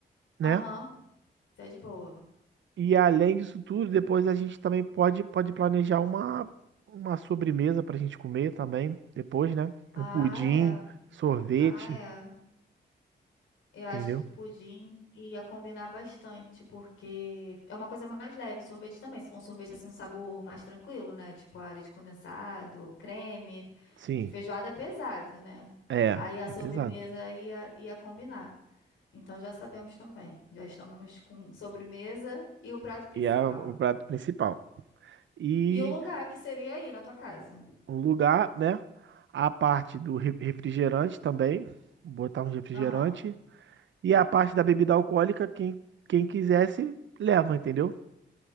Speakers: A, on the right (about 70°); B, on the left (about 85°).
A: né?
B: Aham, isso é de boa.
A: E além disso tudo, depois a gente também pode, pode planejar uma, uma sobremesa pra gente comer também, depois, né?
B: Ah,
A: Um pudim,
B: é.
A: sorvete,
B: Ah, é. Eu acho
A: entendeu?
B: que pudim ia combinar bastante, porque é uma coisa mais leve, o sorvete também. Se for um sorvete assim, um sabor mais tranquilo, né? Tipo a leite condensado, creme,
A: Sim,
B: que feijoada é pesado, né?
A: é,
B: Aí a sobremesa
A: é pesado.
B: ia, ia combinar. Então já sabemos também. Já estamos com sobremesa e o prato principal.
A: E é o prato principal. E
B: E o lugar que seria aí na tua casa.
A: o lugar, né? A parte do re- refrigerante também, botar um refrigerante.
B: Aham.
A: E a parte da bebida alcoólica, quem, quem quisesse, leva, entendeu?